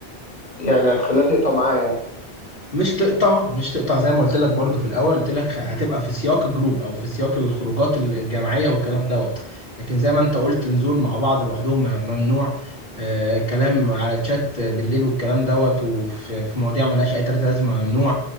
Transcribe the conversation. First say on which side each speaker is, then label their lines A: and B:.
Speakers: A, on the left; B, on the left.
A: يعني هتخليها تقطع معاه يعني
B: مش تقطع مش تقطع زي ما قلت لك برضو في الاول قلت لك خ- هتبقى في سياق الجروب او في سياق الخروجات ال- الجماعيه
A: مم.
B: والكلام دوت لكن زي ما انت قلت نزول مع بعض لوحدهم م- ممنوع آه كلام على الشات بالليل والكلام دوت وفي في مواضيع ملهاش اي تلاته لازمه ممنوع